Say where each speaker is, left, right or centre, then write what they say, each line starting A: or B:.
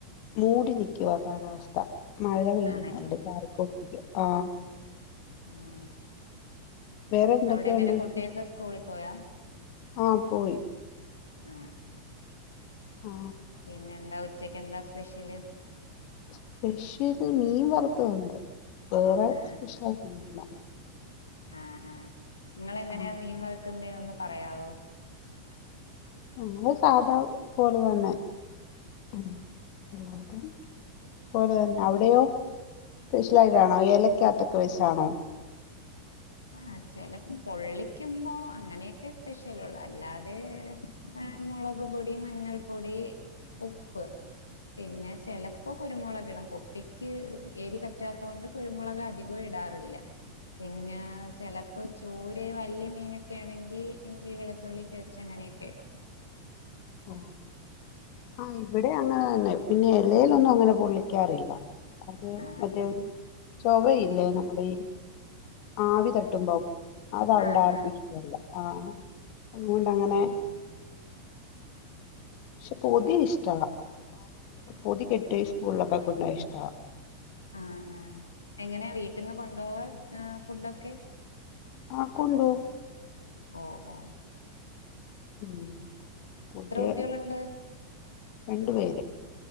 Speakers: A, on the left (about 45°); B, on the left (about 75°).
A: മൂടി നിൽക്കുവാ കാലാവസ്ഥ മഴ പെയ്യുന്നുണ്ട്
B: ആണല്ലേ
A: ചാരക്കോടിരിക്കുക ആ
B: ഉ
A: വേറെ എന്തൊക്കെയുണ്ട്
B: അവിടെ എങ്ങനെ
A: വിശേഷം
B: കുട്ടിയൊക്കെ സ്കൂളിൽ പോയാ
A: ആ പോയി
B: ആ
A: ആ
B: പിന്നെ എന്താ ഉച്ചക്ക് എന്താ സ്പെഷ്യല്
A: സ്പെഷ്യൽ മീൻ വറുത്തത്ണ്ട് വേറെ
B: ആ
A: സ്പെഷ്യലായിട്ടില്ല
B: ആ ആ നിങ്ങളെങ്ങനെയാ
A: ആ
B: മീൻ വർക്കുന്നേന്ന് ഒന്ന് പറയാവോ
A: ഞങ്ങൾ സാധാ പോല തന്നെ <unintelligible> അവിടെയോ സ്പെഷ്യലായിട്ടാണോ ഏലക്കകത്തൊക്കെ വെച്ചാണോ
B: ആ ചെലപ്പോ പൊള്ളിക്കുമ്പോ അങ്ങനെയൊക്കെ സ്പെഷ്യലള്ളൂ അല്ലാതെ ആ മുളക് പൊടി മഞ്ഞൾ പൊടി ഉപ്പ് പിന്നെ ചെിലപ്പോ കുരുമുളക് ഇട കുട്ടിക്ക് ഏരിപറ്റാത്ത കൊണ്ട് കുരുമുളക് അധികം ഇടാറില്ല പിന്നെ ചിലപ്പോ ചൂരയോ വലിയ മീനൊക്കെ ആണെങ്കിൽ ഇഞ്ചി വെളുത്തുള്ളി പേസ്റ്റ് അങ്ങനെയ <unintelligible>
A: ഓ ആ ഇവിടെ അങ്ങനെ തന്നെ പിന്നെ ഇലയിൽ ഒന്നും അങ്ങനെ വിളിക്കാറില്ല അത്
B: ആഹ്
A: മറ്റേരു
B: ആഹ്
A: ചൊവയില്ലേ നമ്മുടെ ഈ ആവി തട്ടുമ്പ അത അവിടെ
B: ആഹ്
A: അർപ്പിച്ചല്ല
B: ആഹ്
A: ആഹ അതുകൊണ്ടങ്ങനെ
B: ഓഹ്
A: പക്ഷെ പൊതി ഇഷ്ട പൊതിക്കെട്ട് സ്കൂളിലൊക്കെ കൊണ്ട ഇഷ്ട
B: ആഹ ആ എങ്ങനാ വീട്ടിൽന്ന് കൊണ്ടുപോവാ ഫുഡൊക്കെ
A: ആ കൊണ്ടുപോകും
B: ഓ ഓ
A: ഉ കുട്ടി
B: കുട്ടികളുണ്ട്
A: രണ്ടു പേര്